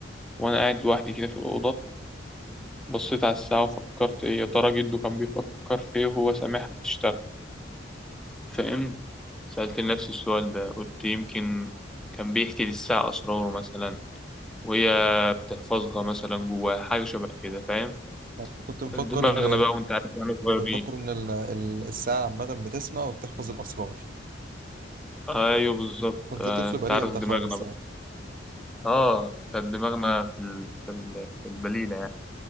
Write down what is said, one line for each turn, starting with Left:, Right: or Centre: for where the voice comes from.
Centre: وأنا قاعد لوحدي كده في الأوضة بصيت على الساعة وفكرت إيه، يا ترى جده كان بيفكر في إيه وهو سامعها بتشتغل فاهم سألت نفسي السؤال ده قلت يمكن كان بيحكي للساعة أسراره مثلا وهي بتحفظها مثلا جواها حاجة شبه كده فاهم
Right: يعني أنت كنت مفكر
Centre: دماغنا
Right: ان
Centre: بقى وأنت عارف واحنا صغيرين
Right: كنت مفكر ان ال... ال... الساعه عامه بتسمع وبتحفظ الاسرار
Centre: أيوه بالظبط
Right: كنت
Centre: آه،
Right: طفل
Centre: أنت
Right: بريء
Centre: عارف
Right: انت
Centre: دماغنا
Right: خالص
Centre: بقى
Right: يعني
Centre: اه كانت دماغنا في ال... في ال... في البليله يعني